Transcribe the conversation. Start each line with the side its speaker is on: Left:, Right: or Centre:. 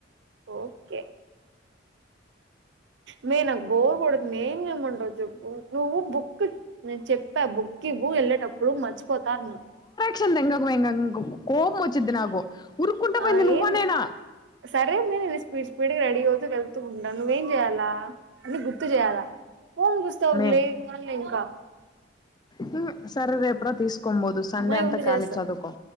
Right: ఓకే మే నాకు బోర్ కొడుతుంది ఏేంట నువ్ బుక్ చెక్ బుక్కి వెళ్ళేటప్పుడు మర్చిపోతాన్న
Left: వంది ఇంగాయం కోపం వచ్చిద్ది నాకు ఉరుక్కుంటా
Right: ఆ
Left: పోయింది నువ్వా
Right: ఏన్
Left: నేనా
Right: సరే మేన్ ఇది స్పపీడ్ స్పపీడ్ రెడితు వెళ్తూ ఉంటావు నువ్వేం చేయాలా అని గు గు చేయాలా పోన్ పుస్తకం
Left: మే
Right: లే కా ఇంకా
Left: హ్మ్ సరే రేపురా తీస్కొన్ పోదు సండే
Right: మే
Left: అంతా
Right: ఉండు
Left: ఖలీ
Right: చేస్తా
Left: చదువుకో